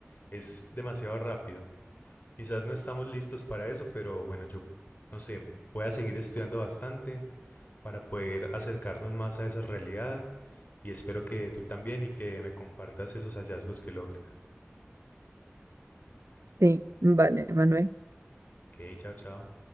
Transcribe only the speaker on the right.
Sí, vale, Manuel.